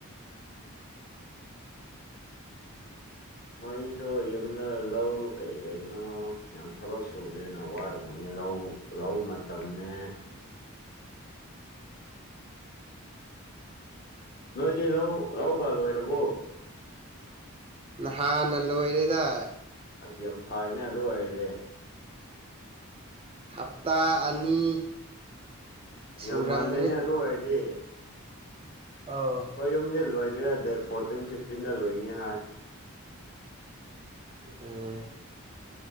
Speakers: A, on the left; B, on the right.
A: ꯃꯣꯏꯁꯨ ꯌꯨꯝꯗ ꯂꯧ ꯀꯩ ꯀꯩꯅꯣ ꯌꯥꯝ ꯊꯕꯛ ꯁꯨꯕꯅꯤꯅ ꯋꯥꯔꯝꯒꯅꯤ ꯂꯧ ꯂꯧ ꯃꯇꯝꯅꯦ ꯅꯣꯏꯗꯤ ꯂꯍ ꯂꯍꯧꯀꯥ ꯂꯣꯏꯔꯕꯣ
B: ꯍꯥꯟ ꯅ ꯂꯣꯏꯔꯦꯗ
A: ꯑꯁ ꯌꯥꯝ ꯐꯔꯅꯦ ꯑꯗꯨ ꯑꯣꯏꯔꯦ
B: ꯍꯞꯇꯥ ꯑꯅꯤ ꯁꯨꯔꯝꯒꯅꯤ
A: ꯌꯥꯝ ꯉꯜꯂꯦꯅꯦ ꯑꯗꯨ ꯑꯣꯏꯔꯗꯤ
B: ꯑꯧ
A: ꯑꯩꯈꯣꯏ ꯌꯨꯝꯗ ꯂꯣꯏꯗꯣꯏꯔꯥ ꯗꯦꯠ ꯐꯣꯔꯇꯤꯟ ꯐꯤꯐꯇꯤꯟꯗ ꯂꯣꯏꯅꯤ ꯍꯥꯏ
B: ꯎꯝ